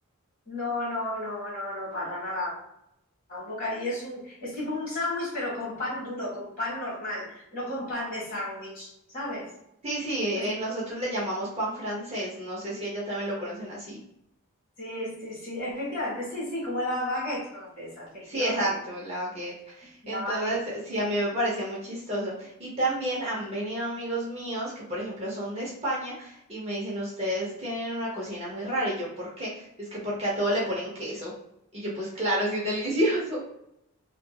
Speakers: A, on the left; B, on the right.
A: No, no, no, no, no, para nada. Un bocadillo es un, es tipo un sándwich, pero con pan duro, con pan normal, no con pan de sándwich, ¿sabes?
B: Sí, sí, eh,
A: No sé-
B: nosotros le llamamos pan francés, no sé si ella también lo conocen así.
A: Sí, sí, sí, efectivamente, sí, sí, como la baguette francesa, efectivamente,
B: Sí, exacto, la baguette.
A: la
B: Entonces,
A: baguette.
B: sí, a mí me parecía muy chistoso. Y también han venido amigos míos que, por ejemplo, son de España y me dicen, ustedes tienen una cocina muy rara. Y yo, ¿por qué? Es que porque a todo le ponen queso. Y yo, pues claro, sí es delicioso. <laughs>